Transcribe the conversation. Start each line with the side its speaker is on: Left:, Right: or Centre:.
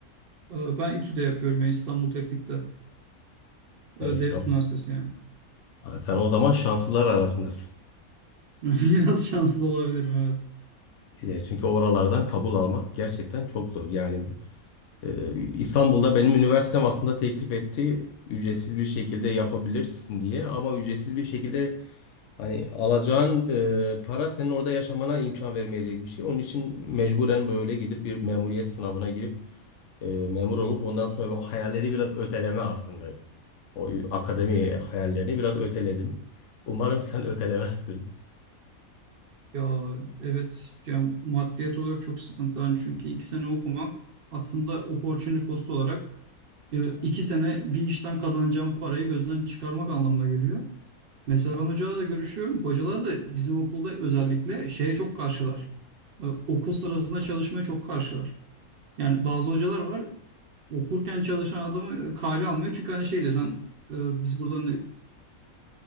Right: E, Ben İTÜ'de yapıyorum ya İstanbul Teknik'te.
Left: E,
Right: E,
Left: İstanbul.
Right: Devlet Üniversitesi yani.
Left: Ha, Sen o zaman şanslılar arasındasın.
Right: <laughs> Biraz şanslı olabilirim evet.
Left: E, çünkü oralardan kabul almak gerçekten çok zor. Yani e, İstanbul'da benim üniversitem aslında teklif etti ücretsiz bir şekilde yapabilirsin diye ama ücretsiz bir şekilde Hani alacağın e, para senin orada yaşamana imkan vermeyecek bir şey. Onun için mecburen böyle gidip bir memuriyet sınavına girip e, memur olup ondan sonra o hayalleri biraz öteleme aslında. O akademi hayallerini biraz öteledim. Umarım sen ötelemezsin.
Right: Ya evet ya maddiyat olarak çok sıkıntı hani çünkü iki sene okumak aslında opportunity cost olarak e, iki sene bir işten kazanacağım parayı gözden çıkarmak anlamına geliyor. Mesela ben hocalarla görüşüyorum. Hocalar da bizim okulda özellikle şeye çok karşılar. E, Okul sırasında çalışmaya çok karşılar. Yani bazı hocalar var okurken çalışan adamı kale almıyor. Çünkü hani şey diyor sen e, biz burada